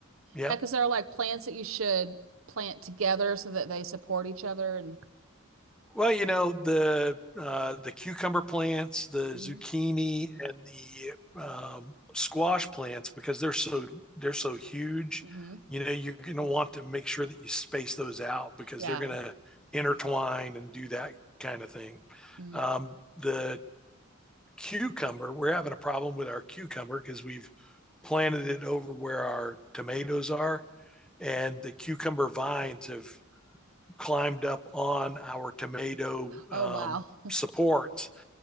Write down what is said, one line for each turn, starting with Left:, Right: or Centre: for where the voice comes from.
Centre: Yep.
Right: Yeah, because there are like plants that you should plant together so that they support each other and
Centre: Well, you know the uh, the cucumber plants, the
Right: hmm
Centre: zucchini, and the um, squash plants because they're so they're so huge.
Right: hmm
Centre: You know, you're going to want to make sure that you space those out because
Right: Yeah.
Centre: they're going to intertwine and do that kind of thing.
Right: Mm.
Centre: Um, the cucumber, we're having a problem with our cucumber because we've planted it over where our tomatoes are, and the cucumber vines have climbed up on our tomato
Right: Oh
Centre: um,
Right: wow. <laughs>
Centre: supports. <laughs>